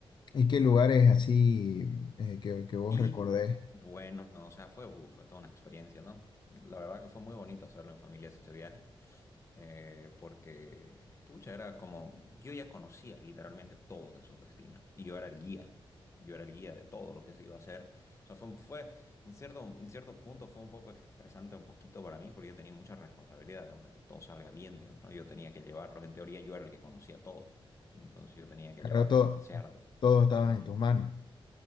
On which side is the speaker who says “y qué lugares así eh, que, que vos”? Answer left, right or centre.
Left